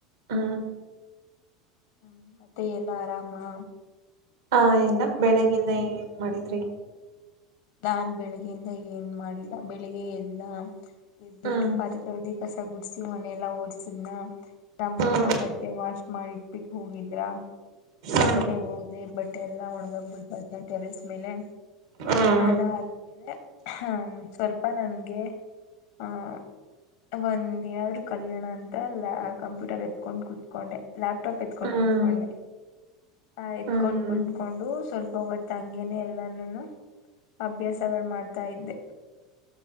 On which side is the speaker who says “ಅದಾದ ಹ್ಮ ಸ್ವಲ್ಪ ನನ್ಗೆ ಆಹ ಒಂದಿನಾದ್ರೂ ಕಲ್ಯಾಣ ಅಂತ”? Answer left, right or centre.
Left